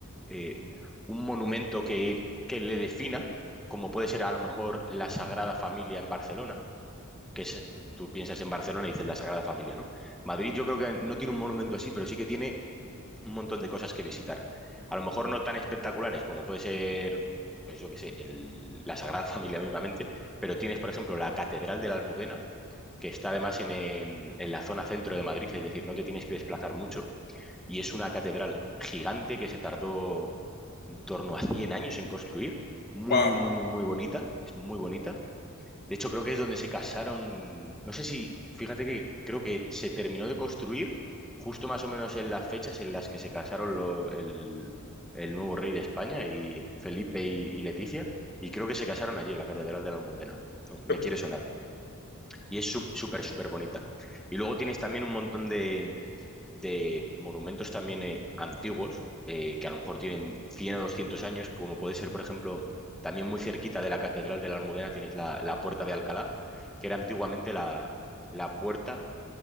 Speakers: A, in the centre; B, on the left.
A: eh, un monumento que, que le defina, como puede ser a lo mejor la Sagrada Familia en Barcelona que es- tú piensas en Barcelona y dices la Sagrada Familia, ¿no? Madrid yo creo que no tiene un monumento así, pero sí que tiene un montón de cosas que visitar. A lo mejor no tan espectaculares como puede ser, pues yo qué sé, el- la Sagrada <laughs> Familia mismamente, pero tienes, por ejemplo, la Catedral de la Almudena, que está además en, en- en la zona centro de Madrid, es decir, no te tienes que desplazar mucho, y es una catedral gigante que se tardó en torno a 100 años en construir, muy,
B: Wow,
A: muy, muy, muy, muy bonita, es muy bonita de hecho, creo que es donde se casaron. No sé si, fíjate que creo que se terminó de construir justo más o menos en las fechas en las que se casaron lo- el, el nuevo rey de España y Felipe y, y Leticia. Y creo que se casaron allí en la Catedral de la Almudena. No, Me
B: qué locura,
A: quiere sonar. Y es sup- súper, súper bonita. Y luego tienes también un montón de, de monumentos también eh, antiguos, eh, que a lo mejor tienen 100 o 200 años, como puede ser, por ejemplo, también muy cerquita de la Catedral de la Almudena tienes la, la Puerta de Alcalá, que era antiguamente la, la puerta